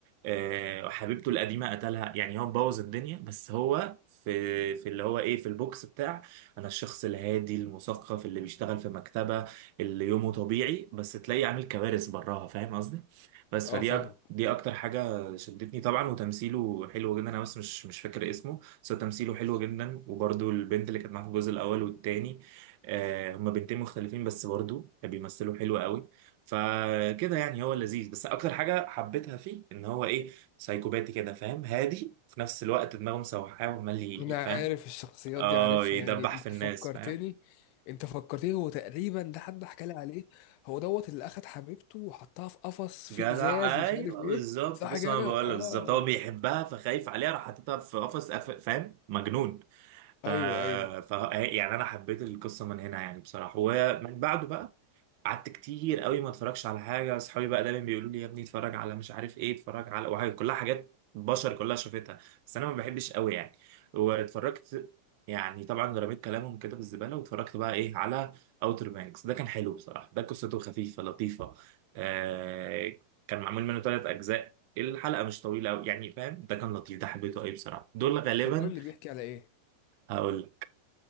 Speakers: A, on the right (about 45°); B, on the left (about 45°).
A: آه، حبيبته القديمه قتلها يعني هو مبوظ الدنيا بس هو في في اللي هو ايه في البوكس بتاع انا الشخص الهادي المثقف اللي بيشتغل في مكتبه اللي يومه طبيعي بس تلاقيه عامل كوارث براها فاهم قصدي بس
B: أه
A: فدي
B: فاهمك
A: أك... دي اكتر حاجه شدتني طبعا وتمثيله حلو جدا انا بس مش مش فاكر اسمه بس هو تمثيله حلو جدا وبرده البنت اللي كانت معاه في الجزء الاول والتاني آه هما بنتين مختلفين بس برضو بيمثلوا حلو قوي فكده يعني هو لذيذ بس اكتر حاجه حبيتها فيه ان هو ايه سايكوباتي كده فاهم هادي في نفس الوقت دماغه مسوحاه وعمال ي-
B: انا
A: فاهم
B: عارف الشخصيات
A: اه
B: دي عارفها
A: يدبح
B: يعني انت
A: في الناس
B: فكرتني
A: فاهم
B: انت فكرتني هو تقريبا ده حد حكى لي عليه هو دوت اللي اخد حبيبته وحطها في قفص في
A: جدع
B: ازاز ومش
A: ايوه
B: عارف ايه
A: بالظبط
B: صح
A: بص
B: كده
A: هو انا بقول
B: اه
A: له بالظبط هو بيحبها فخايف عليها راح حاططها في قفص قف- فاهم مجنون ف...
B: ايوه ايوه
A: ف يعني انا حبيت القصه من هنا يعني بصراحه ومن بعده بقى قعدت كتير قوي ما اتفرجش على حاجه اصحابي بقى دايما بيقولوا لي يا ابني اتفرج على مش عارف ايه اتفرج على وحاجه كلها حاجات بشر كلها شافتها بس انا ما بحبش قوي يعني واتفرجت يعني طبعا رميت كلامهم كده في الزباله واتفرجت بقى ايه على اوتر بانكس ده كان حلو بصراحه ده قصته خفيفه لطيفه آه كان معمول منه ثلاث اجزاء الحلقه مش طويله قوي يعني فاهم ده كان لطيف ده حبيته قوي بصراحه دول غالبا
B: طب قول لي بيحكي على ايه
A: هقول لك